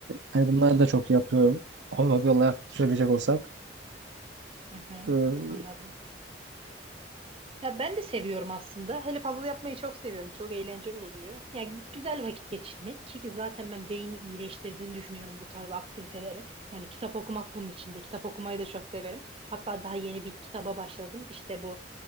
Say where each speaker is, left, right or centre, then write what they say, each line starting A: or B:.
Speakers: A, on the right; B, on the right.
A: hani bunları da çok yapıyorum. Hobi hobi olarak söyleyecek olsak.
B: Hı hı,
A: Ee,
B: anladım. Ya ben de seviyorum aslında. Hele puzzle yapmayı çok seviyorum. Çok eğlenceli oluyor. Yani güzel vakit geçirmek ki zaten ben beyni iyileştirdiğini düşünüyorum bu tarz aktiviteleri. Yani kitap okumak bunun içinde. Kitap okumayı da çok severim. Hatta daha yeni bir kitaba başladım. İşte bu